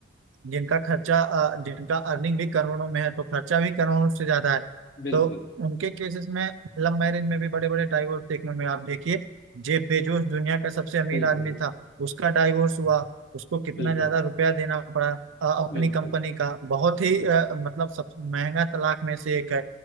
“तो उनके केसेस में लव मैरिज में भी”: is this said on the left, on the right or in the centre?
Right